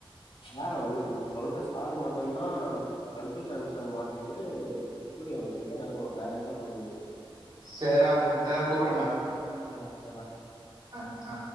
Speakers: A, on the left (about 80°); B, on the right (about 60°).
A: ஸ்பாரா என்னா நீ சொல்ற ஸ்பார மாத்தனுன்னா சந்தோஷ் ஹம்சன மாத்திட்டு சூரிய வன்சிய தா எறக்கணு வேற என்ன பண்ண முடியு
B: சேரா அ கூப்புறண்டா
A: செரா செரா
B: ஆ ஆ